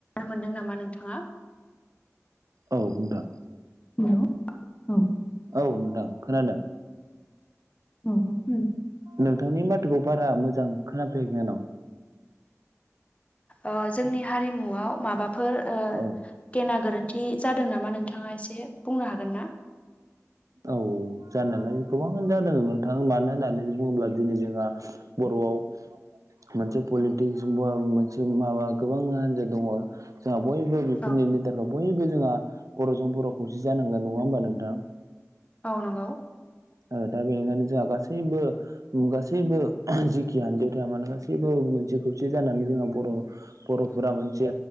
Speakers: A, on the left; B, on the right.
A: मोनदों नामा नोंथाङा।
B: औ नोंथां
A: हेलौ औ
B: औ नोंथां खोनादों।
A: औ औ
B: नोंथांनि माथोखौ बारा मोजां खोनाफैयाखै आंनाव
A: ओ जोंनि हारिमुआव माबाफोर ओ
B: औ
A: गेना गोरोन्थि जादों नामा नोंथाङा एसे बुंनो हागोन ना
B: औ जानायालाय गोबाङानो जादों नोंथां मानो होननानै बुङोब्ला दिनै जोंहा बर'आव मोनसे पलिटिसजोंबो आं मोनसे माबा गोबां हान्जा दङ जोंहा बयबो बेफोरनि
A: औ
B: लिदाराव बयबो जोंहा बर'जों बर' खौसे जानांगोन नङा होमबा नोंथां।
A: औ नंगौ
B: ओ दा बेनिखायनो जोंहा गासैबो उम गासैबो जिखि आनजायाव थाया मानो गासैबो मोनसे खौसे जानानै जोंहा बर' बर'फोरा मोनसे